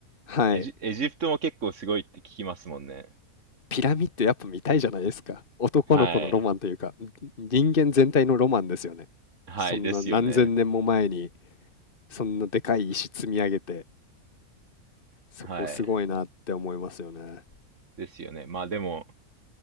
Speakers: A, on the left; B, on the right.
A: <laughs> はい。
B: エジ、エジプトも結構すごいって聞きますもんね。
A: ピラミッドやっぱ見たいじゃないですか。男の子のロマンというか、
B: はい。
A: 人間全体のロマンですよね。
B: はい、
A: そんな何千年も前に、
B: ですよね。
A: そんなでかい石積み上げて、そこすごいなって思いますよね。
B: はい。ですよね。まあでも、